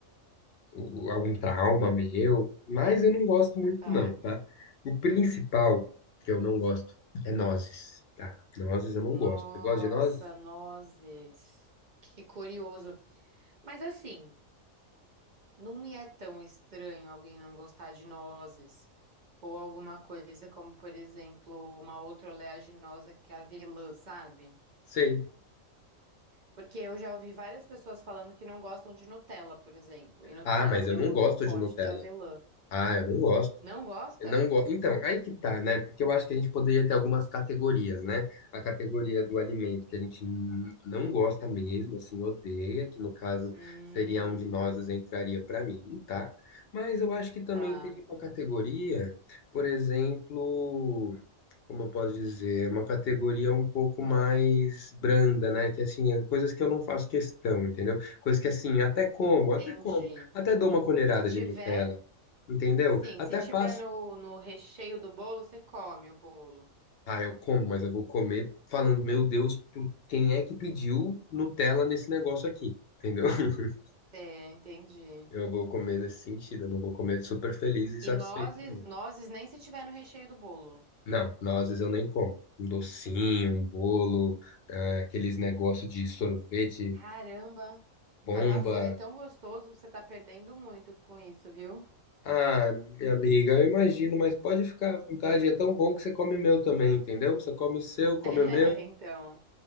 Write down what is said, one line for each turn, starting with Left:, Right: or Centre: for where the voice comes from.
Left: o- algum trauma meu, mas eu não gosto muito,
Right: tá.
Left: não, tá? O principal que eu não gosto é nozes, tá? Nozes eu não
Right: Nossa,
Left: gosto. Você gosta de nozes?
Right: nozes. Que curioso. Mas assim, não me é tão estranho alguém não gostar de nozes. Ou alguma coisa como, por exemplo, uma outra oleaginosa que é a avelã, sabe?
Left: Sei.
Right: Porque eu já ouvi várias pessoas falando que não gostam de Nutella, por exemplo. E Nutella
Left: Ah, mas
Right: tem
Left: eu não
Right: um gosto
Left: gosto
Right: forte
Left: de Nutella.
Right: de avelã.
Left: Ah, eu não gosto.
Right: Não gosta?
Left: Eu não go... Então, aí que tá, né? Porque eu acho que a gente poderia ter algumas categorias, né? A categoria do alimento que a gente n- não gosta mesmo, assim, odeia, que no caso
Right: Hum,
Left: seria onde nós entraria pra mim, tá? Mas eu acho que também
Right: tá.
Left: teria uma categoria, por exemplo. como eu posso dizer, é uma categoria um pouco mais branda, né? Que assim, é coisas que eu não faço questão, entendeu? Coisas que assim, até como, até
Right: Entendi.
Left: como, até dou uma colherada
Right: Se tiver,
Left: de Nutella, entendeu?
Right: sim,
Left: Até
Right: se tiver
Left: passo.
Right: no, no recheio do bolo, você come o bolo.
Left: Ah, eu como, mas eu vou comer falando, meu Deus, por quem é que pediu Nutella nesse negócio aqui? Entendeu? <laughs>
Right: É, entendi.
Left: Eu vou comer nesse sentido, eu não vou comer super feliz e
Right: E
Left: satisfeito,
Right: nozes,
Left: não.
Right: nozes nem se tiver no recheio do bolo.
Left: Não, nozes eu nem como. Um docinho, um bolo, ah, aqueles negócios de sorvete
Right: Caramba,
Left: Bomba.
Right: camafeu é tão gostoso, você tá perdendo muito com isso, viu?
Left: Ah, minha amiga, eu imagino, mas pode ficar à vontade. É tão bom que você come o meu também, entendeu? Você come o seu,
Right: <laughs>
Left: come
Right: É,
Left: o meu,
Right: então,